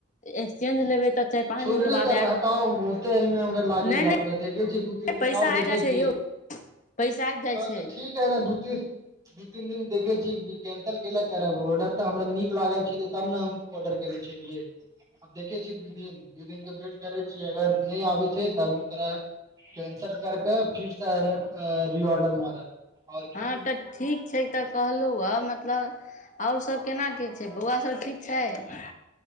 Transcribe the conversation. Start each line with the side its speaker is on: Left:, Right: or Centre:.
Left: एक्सचेन्ज लेबै तऽ चारि पाँच
Right: छोड़िए
Left: दिनके
Right: देबै
Left: बाद
Right: तऽ
Left: आयत
Right: हटाउ बहुते एहिमे हमरा लागइ
Left: नहि
Right: लफड़ा
Left: नहि
Right: देखइ छियै दू एक दिन
Left: पैसा
Right: और देखइ
Left: आबि जाइ छै
Right: छियै
Left: यौ पैसा आबि जाइ
Right: हँ
Left: छै
Right: तऽ ठीक है ने दू तीन दू तीन दिन देखैत छी कि कैंसल कैलऽ करब। ऑर्डर तऽ हमरा नीक लागल छलै तब ने हम ऑर्डर केने छेलियै आब देखै छियै दिन दू दिन के वेट करै छी अगर नहि आबै छै तऽ आब ओकरा कैंसल करके फिर सँ रीऑर्डर मारब आओर की
Left: हँ तऽ ठीक छै तऽ कहलु अ मतलब आओर सभ केना की छै बौआ सभ सब ठीक छै